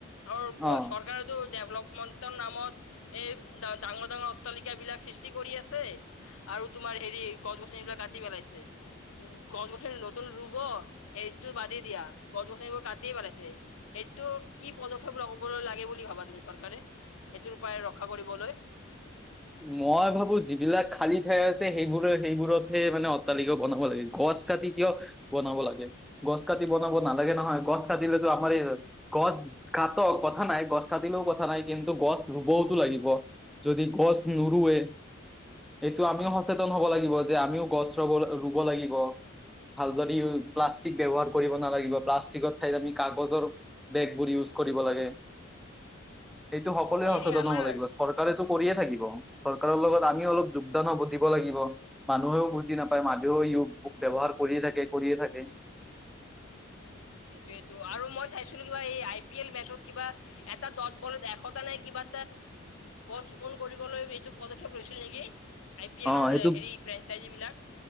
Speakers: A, on the left (about 80°); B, in the centre.
A: আৰু
B: অ
A: চৰকাৰে টো ডেভেলপমেণ্টৰ নামত এই ডাঙৰ ডাঙৰ অট্টালিকা বিলাক সৃষ্টি কৰি আছে আৰু তোমাৰ হেৰি গছ গছনি বিলাক কাটি পেলাইছে। গছ গছনি নতুন ৰুব সেইটো বাদি দিয়া গছ গছনিবোৰ কাটিয়ে পেলাইছে। এইটো কি পদক্ষেপ লব লাগে বুলি ভাবা তুমি চৰকাৰে। টোৰ উপায় ৰক্ষা কৰিবলৈ
B: মই ভাবো যিবিলাক খালী ঠাই আছে সেইবোৰ সেইবোৰতহে মানে অট্টালিকা বনাব লাগে গছ গছ কাটি কিয় বনাব লাগে গছ কাটি বনাব নালাগে নহয় গছ কাটিলেতো আমাৰ এই গছ কাট কথা নাই গছ কাটিলেও কথা নাই কিন্তু গছ ৰুবওতো লাগিব যদি গছ নৰুৱে এইটো আমিও সচেতন হব লাগিব যে আমিও গছ ৰুব ৰুব লাগিব, ভালদৰি ইউ প্লাষ্টিক ব্যৱহাৰ কৰিব নালাগিব প্লাষ্টিকত ঠাইত আমি কাগজৰ বেগবোৰ ইওজ, কৰিব লাগে।
A: <inaudible>
B: এইটো সকলোৱে
A: হেৰি
B: সচেতন
A: আমাৰ
B: হ'ব লাগিব চৰকাৰেতটো কৰিয়ে থাকিব। চৰকাৰৰ লগত আমিও অলপ যোগদান হ দিব লাগিব মানুহেও বুজি নাপায় মানুহেও ই বুক ব্যৱহাৰ কৰিয়ে থাকে কৰিয়ে থাকে।
A: <inaudible> সেইটোৱেইটো আৰু মই চাইছিলো কিবা এই আই পি এল মেচত কিবা এটা দত বলত এশটা নাই কিবা গছ ৰোপন কৰিবলৈ এইটো পদক্ষেপ লৈছিল নেকি? আই পি এলৰ
B: অ সেইটো
A: হেৰি ফ্ৰেঞ্চাইজি বিলাক